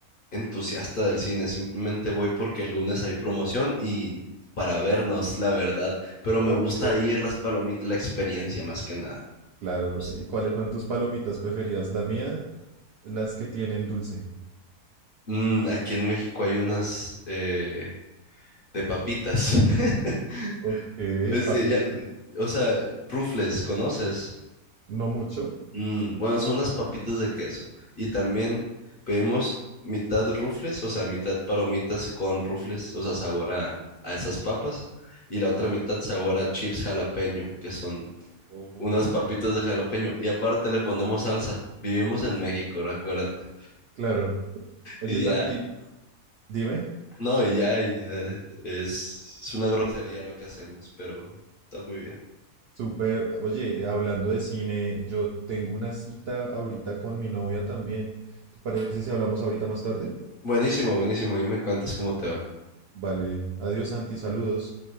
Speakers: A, on the left; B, on the right.
A: entusiasta del cine, simplemente voy porque el lunes hay promoción y para vernos, la verdad. Pero me
B: Ok.
A: gusta ir, las palomitas, la experiencia más que nada.
B: Claro,
A: me gusta.
B: ¿y cuáles son tus palomitas preferidas? La mía, las que tienen dulce.
A: Mm, aquí en México hay unas eh, de papitas. <laughs>
B: Ok,
A: Es
B: papitas
A: que ya- o sea, rufles, ¿conoces?
B: ¿No mucho?
A: Mm, bueno, son unas papitas de queso. Y también pedimos mitad rufles, o sea, mitad palomitas con rufles, o sea, sabor a, a esas papas. Y la otra mitad sabor a chips jalapeño, que son
B: Oh,
A: unas papitas de jalapeño. Y aparte le ponemos salsa. Vivimos en México, acuérdate.
B: claro. Oye,
A: Y
B: Santi,
A: ya,
B: dime.
A: no, y ya, y ya es, es una grosería lo que hacemos, pero está muy bien.
B: Súper. Oye, hablando de cine, yo tengo una cita ahorita con mi novia también. ¿Te parece si hablamos ahorita más tarde?
A: Buenísimo, buenísimo. Y me cuentas cómo te va.
B: Vale. Adiós, Santi. Saludos.